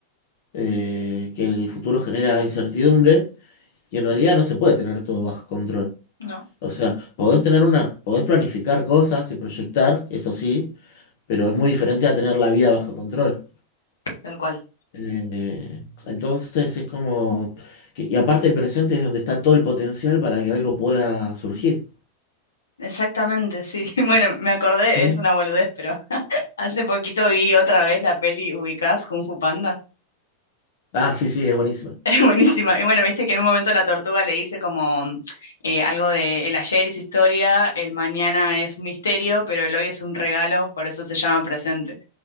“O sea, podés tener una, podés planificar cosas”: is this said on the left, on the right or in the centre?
Left